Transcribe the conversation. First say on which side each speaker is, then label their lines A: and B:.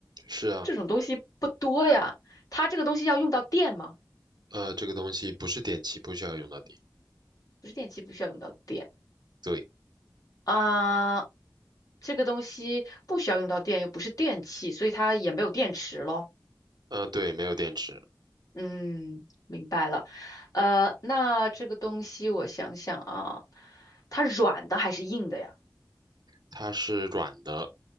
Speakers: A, on the right (about 70°); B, on the left (about 55°).
A: 是啊，
B: 这种东西不多呀。它这个东西要用到电吗？
A: 呃，这个东西不是电器，不需要用到电。
B: 不是电器不需要用到电
A: 对，
B: 啊，这个东西不需要用到电，又不是电器，所以它也没有电池咯。
A: 呃，对，没有电池，
B: 嗯，明白了。呃，那这个东西我想想啊，它软的还是硬的呀？
A: 它是软的，